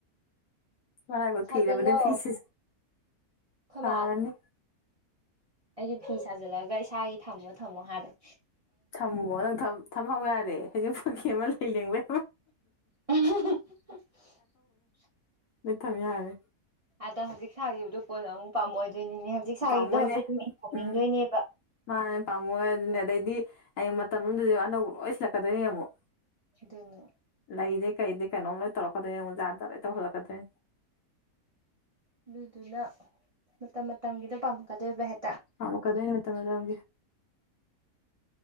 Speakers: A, on the left; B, on the right.
A: ꯍꯔꯕ
B: ꯁꯥꯖꯜꯂꯣ
A: ꯊꯔꯦ ꯃꯅꯤ ꯄꯤꯁꯦ
B: ꯑꯩꯈꯣꯏ
A: ꯐꯔꯅꯤ
B: ꯁꯤ ꯐꯤ ꯁꯥꯖꯤꯜꯂꯒ ꯏꯁꯥꯒꯤ ꯊꯝꯃꯣ ꯊꯝꯃꯣ ꯍꯥꯟꯕꯅꯦ
A: ꯊꯝꯃꯣ ꯅꯪ ꯊꯝꯍꯧ ꯌꯥꯔꯦ ꯍꯖꯤꯡ ꯄꯨꯀꯤ ꯑꯃ ꯂꯩ ꯂꯦꯡꯕ
B: <unintelligible>
A: ꯃ ꯊꯝ ꯌꯥꯔꯦ
B: ꯑꯗ ꯍꯧꯖꯤꯛ ꯁꯥꯈꯤꯕꯗꯨꯣ ꯀꯣꯟꯅꯣ ꯑꯃꯨꯛ ꯄꯥꯃꯣꯏꯗ ꯑꯗꯨꯏꯅꯤꯅꯦ ꯍꯧꯖꯤꯛ ꯁꯥꯈꯤꯕꯗꯣ
A: ꯄꯥꯝꯃꯣꯏꯅꯦ
B: ꯍꯧꯖꯤꯛ ꯑꯗꯨ ꯇꯧꯅꯤꯡꯗꯣꯏꯅꯦꯕ
A: ꯎꯝ ꯃꯥꯅꯦ ꯄꯥꯝꯃꯣꯏ ꯑꯗꯨꯅꯦ ꯑꯗꯩꯗꯤ ꯑꯩ ꯃꯇꯝ ꯑꯃꯗꯗꯤ ꯑꯅꯧꯕ ꯂꯣꯏ ꯁꯤꯜꯂꯛꯀꯗꯣꯏꯅꯦ ꯑꯃꯨꯛ
B: ꯏꯗꯣꯅ
A: ꯂꯩꯔꯦ ꯀꯩꯗ ꯀꯩꯅꯣꯝ ꯂꯣꯏ ꯇꯧꯔꯛꯀꯗꯦꯛꯖꯥꯗ ꯂ ꯇꯧꯜꯂꯛꯀꯗꯦ
B: ꯑꯗꯨꯗꯨꯅ ꯃꯇꯝ ꯃꯇꯝꯒꯤꯗ ꯄꯥꯝꯃꯛꯀꯗꯣꯏꯕ ꯍꯦ
A: ꯃ ꯀ ꯑꯗꯨꯅꯦ ꯃ ꯃꯇꯝ ꯃ ꯅꯝ